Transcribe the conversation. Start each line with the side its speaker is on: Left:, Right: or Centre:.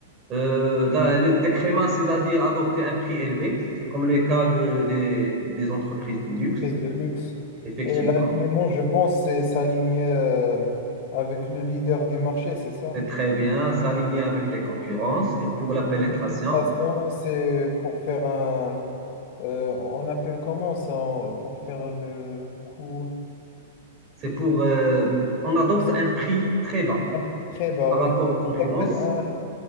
Right: Euh, des crémas, c'est-à-dire adopter un prix élevé. C'est comme les cas de- des, des entreprises du
Left: Entreprise
Right: luxe,
Left: de luxe.
Right: effectivement.
Left: Et l'alignement, je pense, c'est s'aligner euh, avec le leader du marché, c'est ça?
Right: C'est très bien, s'aligner avec les concurrences. Et pour la pénétration,
Left: De pénétration, c'est pour faire un. euh, on appelle comment ça? en- Pour faire le coup.
Right: c'est pour... euh, on adopte
Left: C'est
Right: un prix très bas
Left: un Très bas,
Right: par
Left: oui.
Right: rapport aux concurrences.
Left: Ça s'appelle un.